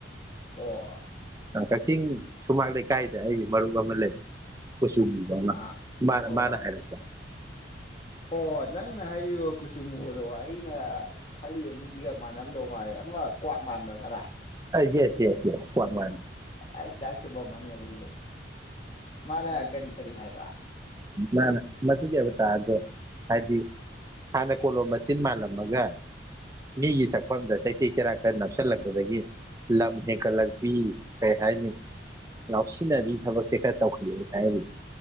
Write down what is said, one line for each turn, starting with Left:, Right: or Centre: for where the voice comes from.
Left: ꯑꯣ
Right: ꯀꯛꯆꯤꯡ ꯁꯨꯃꯥꯡ ꯂꯩꯀꯥꯏꯗ ꯑꯩꯒꯤ ꯃꯔꯨꯞ ꯑꯃ ꯂꯩ ꯀꯨꯆꯨ ꯃꯨꯕ ꯑꯃ
Left: ꯑꯥ
Right: ꯃꯥꯅ
Left: ꯑꯣ
Right: ꯃꯥꯅ ꯍꯥꯏꯔꯛꯄ
Left: ꯑꯣ ꯅꯪꯅ ꯍꯥꯏꯔꯤꯕ ꯀꯨꯆꯨꯃꯨꯕꯗꯣ ꯑꯩꯅ ꯈꯜꯂꯤꯕ ꯃꯤꯁꯤꯒ ꯃꯥꯟꯅꯔꯝꯗꯧ ꯃꯥꯜꯂꯦ ꯑꯃ ꯀ꯭ꯋꯥꯛ ꯃꯥꯟꯕ꯭ꯔꯥ ꯈꯔ
Right: ꯌꯦꯁ ꯌꯦꯁ ꯌꯦꯁ ꯀꯋꯥꯛ ꯃꯥꯟ
Left: ꯑꯁ ꯗꯥꯛꯆꯨꯝꯃꯝ ꯃꯅꯤ ꯑꯗꯨꯗꯤ ꯃꯥꯅ ꯀꯔꯤ ꯀꯔꯤ ꯍꯥꯏꯕ
Right: ꯃꯥꯅ ꯃꯁꯤꯗꯕꯨ ꯇꯥ ꯑꯗꯣ ꯍꯥꯏꯗꯤ ꯍꯥꯟꯅ ꯀꯣꯜꯂꯣꯝ ꯆꯤꯟ ꯃꯥꯜꯂꯝꯃꯒ ꯃꯤꯒꯤ ꯁꯛꯐꯝꯗ ꯆꯩꯇꯦꯛ ꯆꯦꯔꯥꯡ ꯈꯔ ꯅꯞꯁꯤꯜꯂꯛꯄꯗꯒꯤ ꯂꯝꯅꯦ ꯀꯂꯛꯄꯤ ꯀꯩ ꯍꯥꯏꯅꯤ ꯉꯥꯎꯁꯤꯟꯅꯕꯤ ꯊꯕꯛꯁꯦ ꯈꯔ ꯇꯧꯈꯤꯒꯦ ꯈꯜꯂꯤ